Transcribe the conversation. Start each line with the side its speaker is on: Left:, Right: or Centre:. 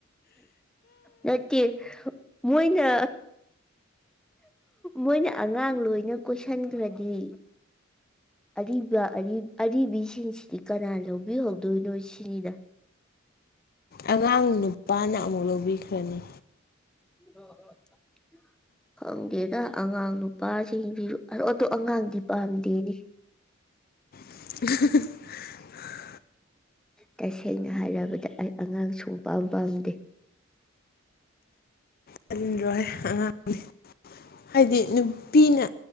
Centre: ꯅꯠꯇꯦ ꯃꯣꯏꯅ ꯃꯣꯏꯅ ꯑꯉꯥꯡ ꯂꯣꯏꯅ ꯀꯣꯏꯁꯤꯟꯈ꯭ꯔꯗꯤ ꯑꯔꯤꯕ ꯑꯔꯤꯕꯤꯁꯤꯡꯁꯤꯗꯤ ꯀꯅꯥ ꯂꯧꯕꯤꯍꯧꯗꯣꯏꯅꯣ ꯀꯗ
Left: ꯑꯉꯥꯡ ꯅꯨꯄꯥꯅ ꯑꯃꯨꯛ ꯂꯧꯕꯤꯈ꯭ꯔꯅꯤ
Centre: <inaudible>
Left: <unintelligible>
Centre: ꯇꯁꯦꯡꯅ ꯍꯥꯏꯔꯕꯗ ꯑꯩ ꯑꯉꯥꯡ ꯁꯨꯡꯄꯥꯥꯝ ꯄꯥꯝꯗꯦ
Left: ꯆꯜꯣꯏ ꯑꯉꯥꯡꯅꯤ ꯍꯥꯏꯗꯤ ꯅꯨꯄꯤꯅ